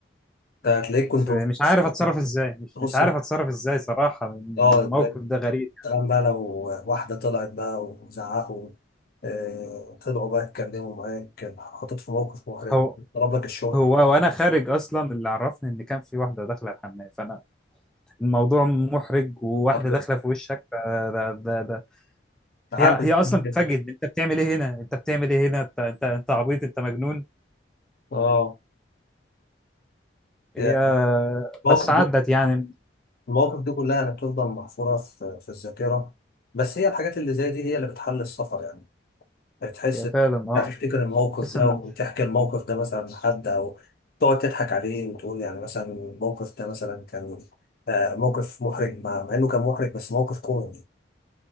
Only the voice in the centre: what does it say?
في
مش عارف اتصرف ازاي مش
مش عارف اتصرف ازاي صراحه الموقف
ده غريب
هو
هو وانا خارج اصلا اللي عرفني ان كان في واحده داخله الحمام فانا الموضوع محرج وواحده
داخله في وشك فده ده ده ده-
هي هي اصلا بتتفاجئ
انت بتعمل ايه هنا انت بتعمل ايه هنا انت انت انت عبيط انت مجنون
هي بس
عدت
يعني
هي فعلا اه
تحس
ان